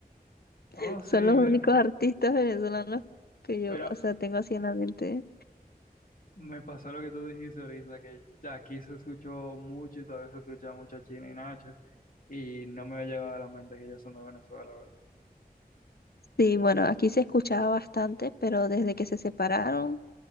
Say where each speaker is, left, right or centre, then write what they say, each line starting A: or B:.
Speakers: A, on the left; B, on the left.
A: <laughs>
B: Oh, sí,
A: Son
B: mira,
A: los únicos artistas venezolanos que yo,
B: mira,
A: o sea, tengo así en la mente.
B: me pasó lo que tú dijiste ahorita, que ya aquí se escuchó mucho y todavía se escucha mucho a Chino y Nacho, y no me ha llegado a la mente que ellos son de Venezuela, la ¿verdad?
A: Sí, bueno, aquí se escuchaba bastante, pero desde que se separaron